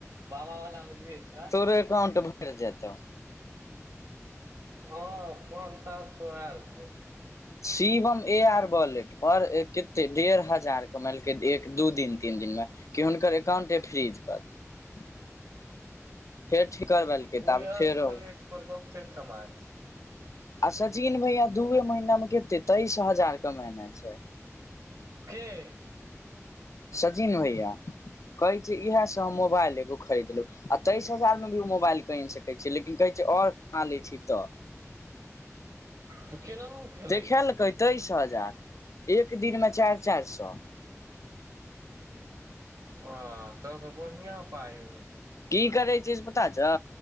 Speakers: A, on the right; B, on the left.
A: बाबा वला मे जियएतऽ
B: बे अकाउंट भ कर जेताउ
A: हँ पान सात सो आयल छै
B: सीवम ए आर बॉलेट पर कते डेढ़ हजार कमलके एक दू दिन तीन दिन मे कि हुनकर एकाउंटे फ्रिज क देलकई फेर ठीक करबलके तब आब
A: उयर
B: फेरो
A: वॉलेट पर लोकते कमाय छै
B: आ सचिन भैया दूए महीना में केते तेइस हजार कमने छै
A: के
B: सजिन भइया कहैत छै इएहसँ हम मोबाइल एगो खरीदलहु आ तेइस हजारमे भी ओ मोबाइल किन सकै छी लेकिन कहै छै आओर कमा लै छी तऽ
A: त‌ केनाहु खेलै
B: देखैल
A: छी
B: कै तेइस हजार एक दिनमे चारि चारि सै
A: वाह तब तऽ बढ़िआ पाई
B: की करे छै से पता छउ